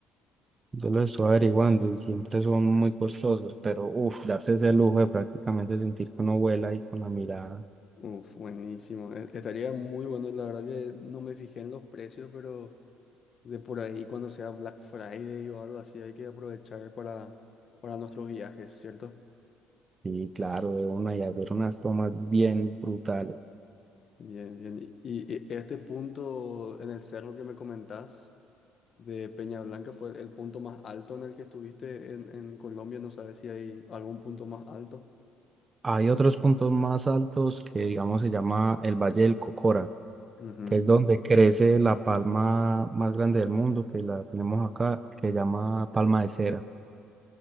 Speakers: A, on the right (about 30°); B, on the left (about 50°).
A: Yo lo estoy averiguando y siempre son muy costosos, pero uff, darse ese lujo de prácticamente sentir que uno vuela y con la mirada,
B: Uf, buenísimo. E- Estaría muy bueno. La verdad que no me fijé en los precios, pero de por ahí cuando sea Black Friday o algo así, hay que aprovechar para, para nuestros viajes, ¿cierto?
A: y claro, de una y hacer unas tomas bien brutales.
B: Bien, bien. Y, y este punto en el cerro que me comentás de Peña Blanca fue el, el punto más alto en el que estuviste en, en Colombia. No sabes si hay algún punto más alto.
A: Hay otros puntos más altos que, digamos, se llama el Valle del Cocora,
B: Ujú.
A: que es donde crece la palma más grande del mundo, que la tenemos acá, que se llama palma de cera.